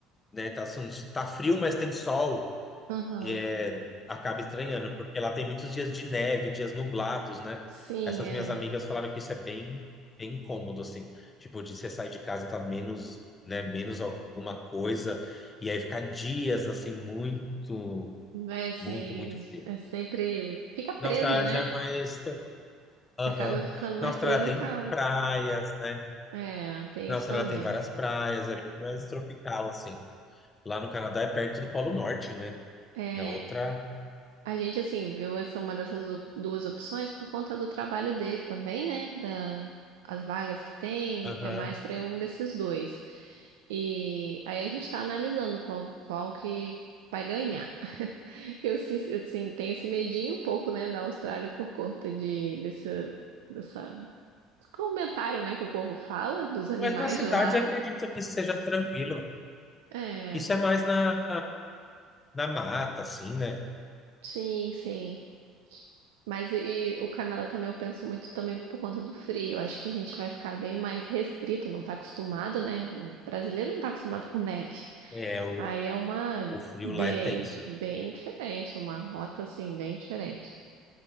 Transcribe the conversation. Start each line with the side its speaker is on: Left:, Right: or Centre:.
Left: né, tá, assim, tá frio, mas tem sol,
Right: aham.
Left: é, acaba estranhando, porque lá tem muitos dias de neve, dias nublados, né?
Right: Sim,
Left: Essas
Right: é.
Left: minhas amigas falaram que isso é bem, bem incômodo, assim, tipo, de você sair de casa e tá menos, né, menos alguma coisa, e aí ficar dias, assim, muito,
Right: É, assim,
Left: muito, muito frio.
Right: é sempre. Fica preso,
Left: Nossa, ela
Right: né?
Left: já é mais
Right: Você
Left: Aham.
Right: acaba ficando mais
Left: Na Austrália
Right: preso
Left: tem
Right: em casa.
Left: praias, né?
Right: É, tem
Left: Na
Right: isso
Left: Austrália
Right: também.
Left: tem várias praias, é bem mais tropical, assim. Lá no Canadá é perto do Polo Norte, né?
Right: É,
Left: É outra.
Right: a gente, assim, viu essa uma dessas op- duas opções por conta do trabalho dele também, né? Da, as vagas que tem,
Left: Aham.
Right: é mais para um desses dois. E aí a gente tá analisando qual, qual que vai ganhar. <laughs> Eu, sim- eu, sim tenho esse medinho um pouco, né, da Austrália por conta de, desse, dessa. Comentário, né, que o povo fala dos animais
Left: Mas na cidade
Right: de lá.
Left: acredito que seja tranquilo.
Right: É,
Left: Isso é mais na, na mata, assim, né?
Right: sim, sim. Mas e, e o Canadá também eu penso muito também por conta do frio. Eu acho que a gente vai ficar bem mais restrito, não tá acostumado, né? O brasileiro não tá acostumado com neve.
Left: É, o,
Right: Aí é uma
Left: o frio
Right: bem,
Left: lá é tenso.
Right: di- bem diferente, uma rota assim bem diferente.